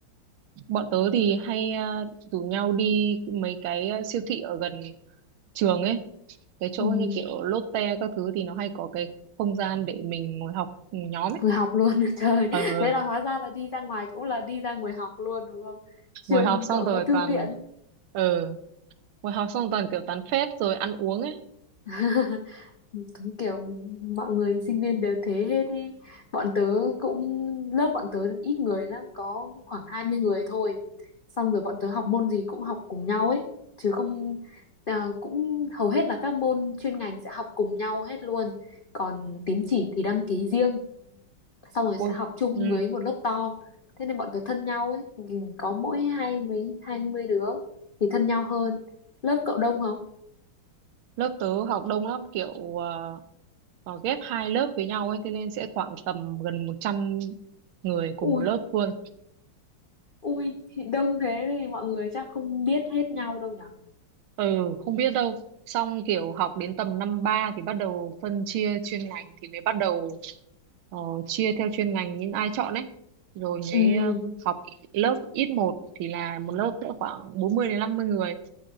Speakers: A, on the right; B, on the left.
A: bọn tớ thì hay ờ, rủ nhau đi mấy cái ờ, siêu thị ở gần trường ấy cái chỗ
B: ừ,
A: như kiểu Lotte các thứ thì nó hay có cái không gian để mình ngồi học nhóm ấy
B: vừa học luôn <laughs> trời
A: ờ
B: thế là hóa ra là đi ra ngoài cũng là đi ra ngoài học luôn đúng không trường
A: ngồi học xong
B: cậu
A: rồi
B: có thư
A: toàn
B: viện
A: ờ ngồi học xong toàn kiểu tán phét rồi ăn uống ấy
B: <laughs> Đúng kiểu mọi người sinh viên đều thế hết ý. Bọn tớ cũng lớp bọn tớ ít người lắm có khoảng 20 người thôi xong rồi bọn tớ học môn gì cũng học cùng nhau ấy chứ không à, cũng hầu hết là các môn chuyên ngành sẽ học cùng nhau hết luôn còn tín chỉ thì đăng ký riêng xong rồi
A: ôi
B: sẽ học chung
A: ừ.
B: với một lớp to thế nên bọn tớ thân nhau ấy có mỗi hai mấy hai mươi đứa thì thân nhau hơn lớp cậu đông không?
A: lớp tớ học đông lắm kiểu ờ, ờ, ghép hai lớp với nhau ấy thế nên sẽ khoảng tầm gần 100 người cùng
B: Ui
A: một lớp luôn
B: Ui, thì đông thế thì mọi người chắc không biết hết nhau đâu nhở?
A: ừ không biết đâu xong kiểu học đến tầm năm ba thì bắt đầu phân chia chuyên ngành thì mới bắt đầu ờ, chia theo chuyên ngành những ai chọn ấy rồi mới
B: Ừ,
A: ờ, học lớp ít một thì là một lớp sẽ khoảng 40 đến 50 người